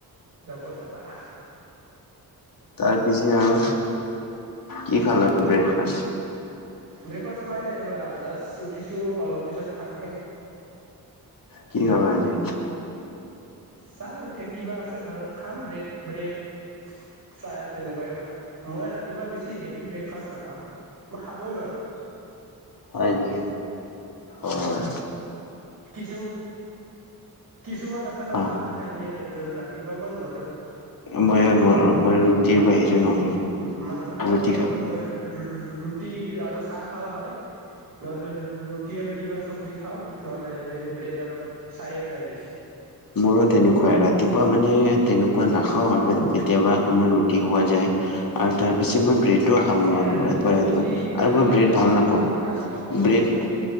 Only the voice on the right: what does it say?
যাব যাবা।
ব্ৰেকফাষ্ট খোৱাই নাই ৰবা। জাষ্ট উঠিছো অলপ পিছত খামহে।
চাওঁ এতিয়া কিবা আছে ঘৰত, খাম ব্ৰেড ব্ৰেড। চাহ তেনেকুৱাই খাম। মই ৰাতিপুৱা বেছি হেভি ব্ৰেকফাষ্ট নাখাও। মই খাবই নোৱাৰোঁ।
কিছু কিছুমান আছে ন
ভাত খাই দিয়ে ৰাতিপুৱা, মই নোৱাৰো।
উম,
উম
মা
উ মাংস থাকিলেও
নোৱাৰো।
মই ৰু ৰু ৰুটি আৰু চাহ খাও হয়। নহ'লে ৰুটি আৰু কিবা চব্জি খাওঁ, নহ'লে এই ব্ৰেড আৰু চাহে যায় বেছি।
এ ৰাতিপুৱা
বেছি
খালে
কাম
কাম কাম কৰিব মন
নাযায়